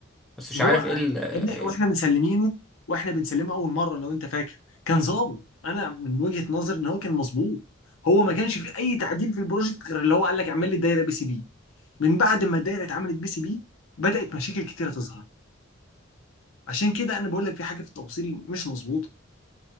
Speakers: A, in the centre; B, on the left.
A: بس مش
B: هو
A: عارف ايه
B: يا ابني واحنا مسلمينه واحنا بنسلمه اول مره لو انت فاكر كان ظابط انا من وجهه نظري ان هو كان مظبوط هو ما كانش فيه اي تعديل في البروجكت غير اللي هو قال لك اعمل لي دايره بي سي بي من بعد ما الدايره اتعملت بي سي بي بدات مشاكل كتيره تظهر عشان كده انا بقول لك في حاجه في التوصيل مش مظبوطه